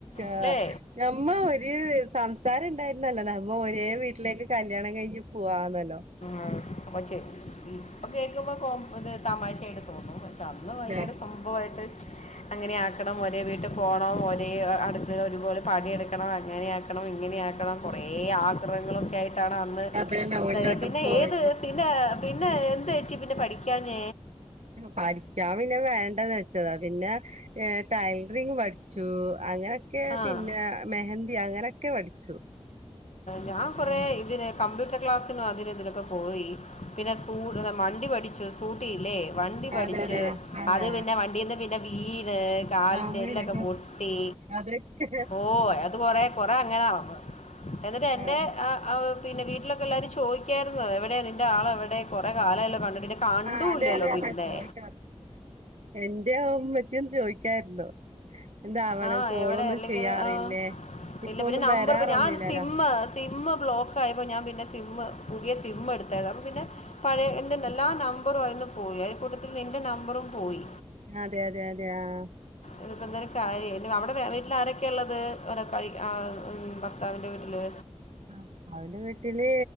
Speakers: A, on the right; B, on the left.
A: ആ
B: അല്ലേ
A: ഞമ്മ നമ്മള് ഒരു സംസാരം ഉണ്ടായിരുന്നല്ലോ നമ്മ ഒരേ വീട്ടിലേക്ക് കല്യാണം കഴിഞ്ഞ് പോവാന്നല്ലോ.
B: ആഹ് <unintelligible> ഇപ്പോ കേൾക്കുമ്പോ കോ ഇത് തമാശയായിട്ട് തോന്നും അന്ന് ഭയങ്കര
A: അതെ
B: സംഭവായിട്ട്. അങ്ങനെയാക്കണം ഒരേ വീട്ടിൽ പോണം ഒരേ അടുക്കളെല് ഒരുപോലെ പണിയെടുക്ക ക്കണം അങ്ങനെയാക്കണം ഇങ്ങനെയക്കണം കൊറേ ആഗ്രഹങ്ങളൊക്കെ ആയിട്ടാണ് അന്ന് <unintelligible>
A: അതെന്നെ ഓന്റെ ഒപ്പം പോയ
B: ഏത് പിന്നെ പിന്നെ എന്ത് പറ്റി പിന്നെ പഠിക്കാഞ്ഞ?
A: പഠിക്കാൻ പിന്നെ വേണ്ടന്ന് വെച്ചതാ പിന്നെ ഏ ടൈലറിങ് പഠിച്ചു അങ്ങനെയൊക്കെ
B: ആ
A: പിന്നെ മെഹന്തി അങ്ങനൊക്കെ പഠിച്ചു.
B: ഞാൻ കോറെ
A: ഉം
B: ഇതിന് കമ്പ്യൂട്ടർ ക്ലാസിനും അതിനും ഇതിനൊക്കെ പോയി പിന്നെ സ്കൂ വണ്ടി പഠിച്ചു സ്കൂട്ടി ഇല്ലേ വണ്ടി പഠിച്ച്
A: അതെ അതെ അതെ
B: അത് പിന്നെ വണ്ടീന്ന് പിന്നെ വീണ് കാലിന്റെ
A: അങ്ങനൊക്കെ
B: എല്ലൊക്കെ പൊട്ടി
A: അതൊക്കെ
B: ഓ അത് കോറെ കൊറെ അങ്ങനെ നടന്ന് എന്നിട്ട് എന്റെ
A: ആഹ്.
B: ആ പിന്നെ വീട്ടിലൊക്കെ എല്ലാരും ചോദിക്കായിരുന്ന് എവിടെ നിന്റെ ആളെവിടെ കോറെ കാലം ആയ ലോ കണ്ടിട്ട് പിന്നെ കണ്ടൂല്ലല്ലോ
A: ആ അതെ അതെ
B: പിന്നെ.
A: അതെ ചോദിക്ക എന്റെ ഉമ്മച്ചിയും ചോയിക്കായിരുന്നു. എന്താ അവള്
B: ആഹ്
A: കോളൊന്നും
B: എവിടെ അല്ലെങ്കിൽ
A: ചെയ്യാറില്ലേ
B: ആഹ്
A: ഇപ്പൊ
B: ഇല്ല പിന്നെ
A: ഒന്നും
B: നമ്പർ
A: വരാറൊന്നില്ലല്ലോ
B: ഞാൻ സിമ് സിമ് ബ്ലോക്ക് ആയിപ്പോ ഞാൻ പിന്നെ സിമ് പുതിയ സിമ്മ്എടുത്തായിരുന്നു അപ്പ പിന്നെ പഴയെ എന്ത് ണ്ടായാലും എല്ലാ നമ്പറും ആയിന്ന് പോയി അതി കൂട്ടത്തിൽ നിന്റെ നമ്പറും പോയി
A: അതെ അതെ അതെ ആഹ്
B: ഇതിപ്പോ എന്തര് കാര്യ അവിടെ വീട്ടിൽ ആരൊക്കെ ഉള്ളത് ആഹ് ഉം ഭർത്താവിന്റെ വീട്ടില്
A: ഭർത്താവിന്റെ വീട്ടില്